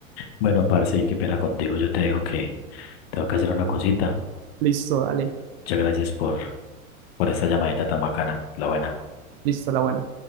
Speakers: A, on the left; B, on the right.
A: Bueno, parce, y qué pena contigo, yo te dejo que tengo que hacer una cosita.
B: Listo, dale.
A: Muchas gracias por por esa llamadita tan bacana, la buena.
B: Listo, la buena.